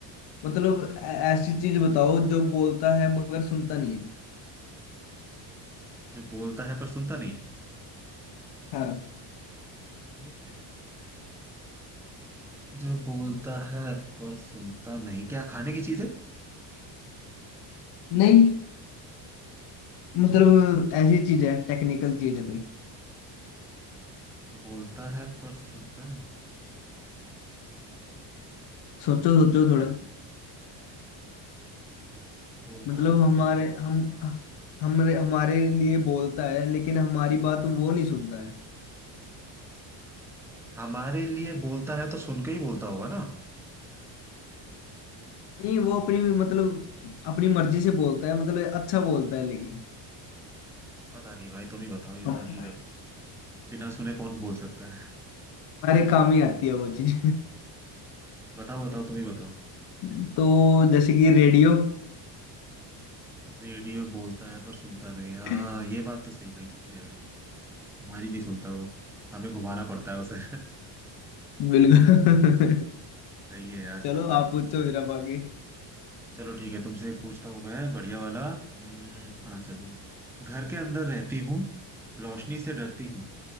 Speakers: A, on the left (about 60°); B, in the centre.
A: मतलब ऐ- ऐसी चीज बताओ जो बोलता है मगर सुनता नहीं है
B: <laughs> जो बोलता है पर सुनता नहीं है
A: हाँ
B: ये क्या है जो बोलता है पर सुनता नहीं क्या खाने की चीज है
A: नहीं मतलब ऐसी चीज है टेक्निकल चीज है कोई
B: बोलता है पर सुनता नहीं
A: सोचो सोचो
B: क्या
A: थोड़ा
B: है? बोलता
A: मतलब
B: है पर
A: हमारे
B: सुनता
A: हम हमारे हमारे लिए बोलता है लेकिन हमारी बात वो नहीं सुनता है
B: हमारे लिए बोलता है तो सुन के ही बोलता होगा ना
A: नहीं वो अपनी मतलब अपनी मर्जी से बोलता है मतलब अच्छा बोलता है लेकिन
B: पता नहीं भाई तुम ही बताओ ये
A: हम-
B: तो अजीब है कुछ बिना सुने कौन बोल सकता है
A: हमारे काम ही आती है वो चीज
B: <laughs> बताओ बताओ तुम ही बताओ
A: <laughs> तो जैसे कि रेडियो
B: रेडियो बोलता है पर सुनता नहीं हाँ
A: <laughs>
B: ये बात तो सही कही तुमने यार हमारी नहीं सुनता वो हमें घुमाना पड़ता है उसे
A: बिल्कुल
B: <laughs> सही है यार सही
A: चलो
B: है
A: आप पूछो फिर आप आगे
B: चलो ठीक है तुमसे एक पूछता हूँ मैं बढ़िया वाला हम्म, हाँ चलो घर के अंदर रहती हूँ रोशनी से डरती हूँ